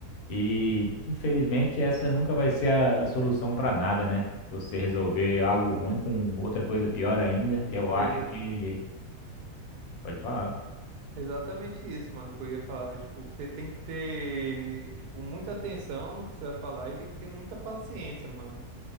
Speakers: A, on the left (about 75°); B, on the right (about 80°).
A: E, infelizmente, essa nunca vai ser a, a solução para nada, né? Você resolver algo
B: Hum,
A: ruim com outra coisa pior ainda, eu acho
B: exa-
A: que. Pode falar.
B: Exatamente isso, mano, que eu ia falar. Tipo, você tem que ter, tipo, muita atenção no que você vai falar e tem que ter muita paciência, mano.